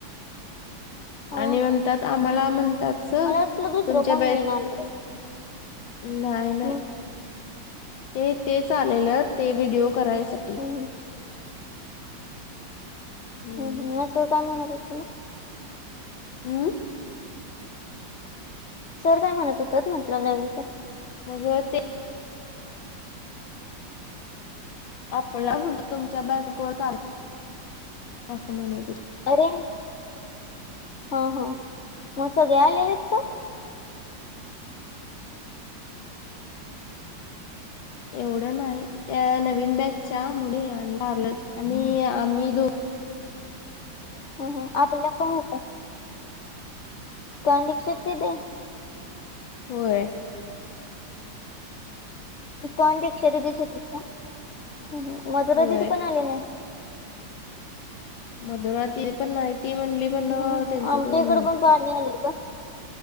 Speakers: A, on the left (about 55°); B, on the left (about 85°).
A: हं,
B: आणि म्हणतात
A: हं.
B: आम्हाला म्हणतात सर
A: मला वाटलं दुसरं
B: तुमच्या
A: कोण
B: बॅच
A: मेन आलेलं
B: नाहीय नाही.
A: हं,
B: ते तेच आलेलं ते व्हिडिओ करायसाठी
A: हं, हं,
B: हम्म
A: हम् हम म सर काय म्हणत होते तुला.
B: आं
A: सर काय म्हणत होतीत म्हटलं नवीन सर
B: मग ते आपला म्हण तुमच्या बॅच को चाल असं म्हणत होते
A: अरे हा ह मग सगळे आलेलेत का
B: एवढं नाही त्या नवीन बॅच च्या मुली आणि आणि आम्ही दोघी
A: ह आपल्या कोण होत <unintelligible>
B: होय.
A: तो आणि दक्षा दिदीच होतेस का मधुरा
B: होय
A: दिदी पण आले नाही.
B: मधुराती पण नाहीती ती म्हणली म्हण
A: हं, हं.
B: त्यांचं
A: आमच्या
B: कोण
A: इकडे पण पाणी आले का